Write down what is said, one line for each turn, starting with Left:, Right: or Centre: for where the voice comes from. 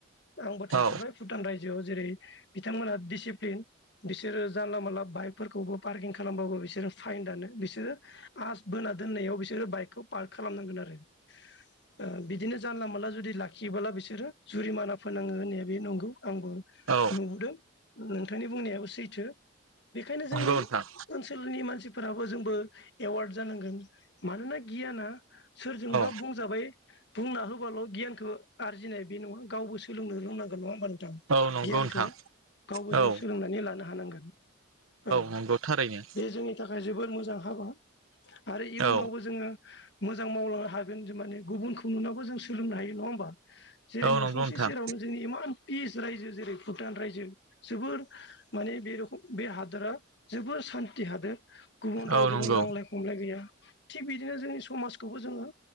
Left: आंबो थांफेरबाय
Right: औ
Left: भुटान रायजोआव जेरै बिथांमोनहा दिसिप्लिन बिसोरो जानला मोनला बाइकफोरखौबो पार्किं खालामबाबो बिसोरो फाइन दानो बिसोरो मास बोना दोननायाव बिसोरो बाइकखौ पार्क खालामनांगोन आरो ओ बिदिनो जानला मोनानला जुदि लाखियोबोला बिसोरो जुरिमाना फोनाङो होननाया बे नंगौ आंबो
Right: औ
Left: नुबोदों नोंथांनि बुंनायाबो सैथो बेखायनो
Right: नंगौ
Left: जोंनि
Right: नोंथां
Left: ओनसोलनि मानसि फोराबो जोंबो एवार्ड जानांगोन मानोना गियाना सोरजोंबा
Right: औ
Left: बुंजाबाय बुंना होबाल' गियानखौ आरजिनाय बे नङा गावबो सोलोंनो रोंनांगोन नङ होमबा नों थां
Right: औ नंगौ
Left: गियानखौ
Right: नोंथां
Left: गावबो जों
Right: औ
Left: सोलोंनानै लानो हानांगोन औ
Right: नंगौ थारैनो
Left: बे जोंनि थाखाय जोबोद मोज जां हागौ आरो इयुनावबो
Right: औ
Left: जोङो मोजां मावलांनो हागोन माने गुबुनखौ नुनांबो जों सोलोंनो हायो नङा होमबा जेरै
Right: औ
Left: न'सुंसे
Right: नंगौ नोंथां
Left: सेरावनो जोंनि इमान पिस रायजो जेरै भुटान रायजो जोबोर माने बे रख बे हादोरा जोबोर सान्थि हादोर गुबुन रावजोंबो
Right: औ नंगौ
Left: नांज्लाय गैया थि बिदिनो जोंनि समाजखौबो जोङो